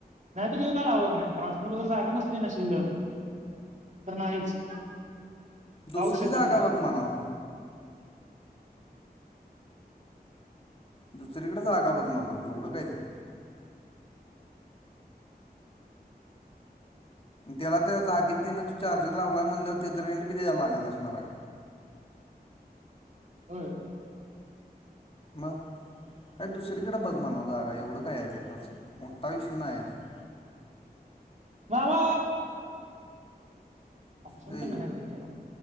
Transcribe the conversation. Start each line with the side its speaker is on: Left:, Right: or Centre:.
Right: नाही तरी ये काय लावत नाही. ट्रान्सपोर्टवर जर जागा नसली ना शिल्लक तर नाहीच.
Left: दुसरी
Right: लावू शकत
Left: जागा
Right: नाही
Left: बग म्हणाव. दुसरीकडे जागा बघ म्हणाव एवढ काय त्यात. त्याला त्या जागेत त्यान तू चार्जर लावलाय म्हणल्यावर त्याच रेंट बी द्यायला लागत असणार आहे.
Right: होय.
Left: मग, काय दुसरीकडे बघ म्हणाव जागा. एवढ काय आहे ते त्याच. मोठा इशू नाही आहे तो.
Right: मामा ऑप्शन
Left: ये
Right: पण नाही भाई त्याला